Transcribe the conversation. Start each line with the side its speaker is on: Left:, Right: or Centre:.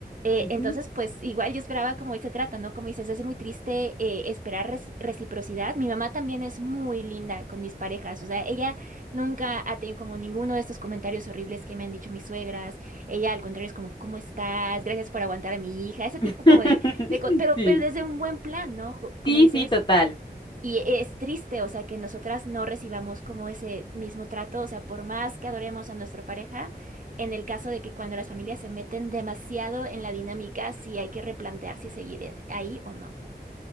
Right: Eh,
Left: Ujú.
Right: entonces, pues igual yo esperaba como ese trato, ¿no? Como dices, es muy triste eh, esperar res- reciprocidad. Mi mamá también es muy linda con mis parejas, o sea, ella nunca ha tenido como ninguno de estos comentarios horribles que me han dicho mis suegras. Ella al contrario es como, ¿cómo estás? Gracias por aguantar a mi hija, ese tipo
Left: <laughs>
Right: como de, de co- pero,
Left: Sí,
Right: pero desde un buen plan, ¿no? Jo- Como
Left: sí,
Right: dices.
Left: sí, total.
Right: Y es triste, o sea, que nosotras no recibamos como ese mismo trato, o sea, por más que adoremos a nuestra pareja, en el caso de que cuando las familias se meten demasiado en la dinámica, sí hay que replantear si seguir en- ahí o no.